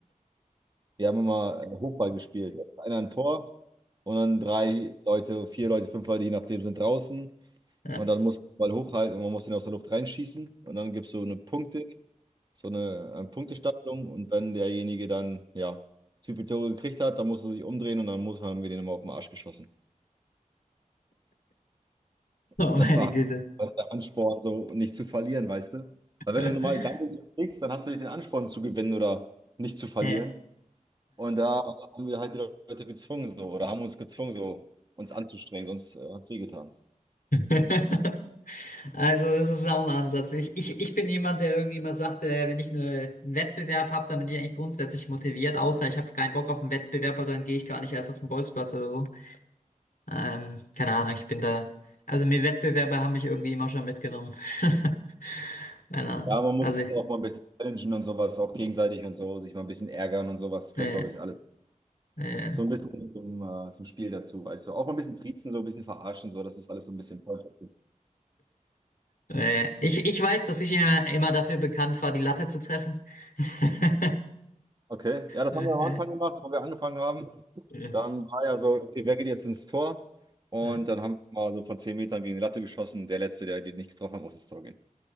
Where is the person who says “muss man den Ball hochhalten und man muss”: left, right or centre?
Right